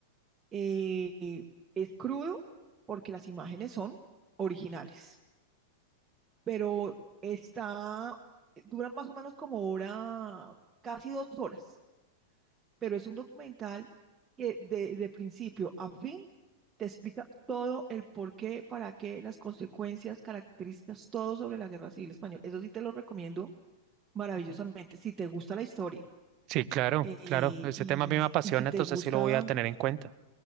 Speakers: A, on the right; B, on the right.
A: Eh, eh, es crudo porque las imágenes son originales, pero está, dura más o menos como hora, casi dos horas. pero es un documental que de, de principio a fin te explica todo el por qué, para qué, las consecuencias, características, todo sobre la Guerra Civil Española. Eso sí te lo recomiendo maravillosamente, si te gusta la historia
B: Sí, claro,
A: eh,
B: claro. Ese
A: y,
B: tema a mí me apasiona,
A: y si te
B: entonces
A: gusta,
B: sí lo voy a tener en cuenta.